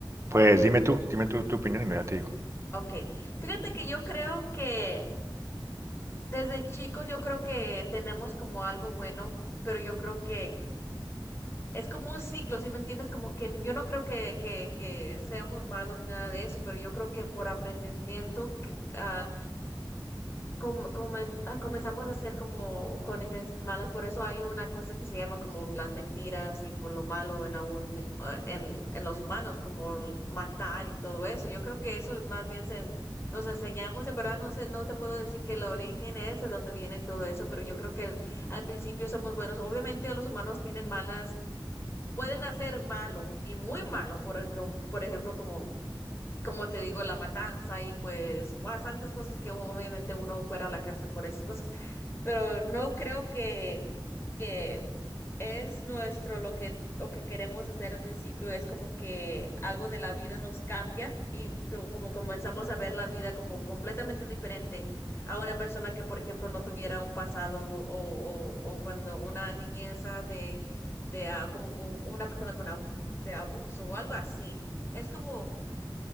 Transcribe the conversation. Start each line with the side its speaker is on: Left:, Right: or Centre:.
Right: Pues dime tú, dime tú tu opinión y mira te digo.
Left: Ok, fíjate que yo creo que desde chicos yo creo que tenemos como algo bueno, pero yo creo que es como un ciclo, ¿sí me entiendes? Como que yo no creo que, que, que seamos malos ni nada de eso, pero yo creo que por aprendimiento que, ah, com- comen- ah, comenzamos a hacer como con intenciones malas, por eso hay una cosa que se llama como las mentiras y por lo malo en, la un- ah, en, en los humanos, como el matar y todo eso. Yo creo que eso más bien se en- nos enseñamos, en verdad no sé, no te puedo decir que el origen es de dónde viene y todo eso, pero yo creo que al al principio somos buenos. Obviamente los humanos tienen malas, pueden hacer malo y muy malo, por, el- com- por ejemplo, como como te digo, la matanza y pues bastantes cosas que obviamente uno fuera a la cárcel por esas cosas. Pero no creo que, que es nuestro lo que lo que queremos hacer al principio es como que algo de la vida nos cambia y to- como comenzamos a ver la vida como completamente diferente a una persona que, por ejemplo, no tuviera un pasado o, o, o cuando una niñeza de, de ah, como po- una persona con abu- de abuso o algo así. Es como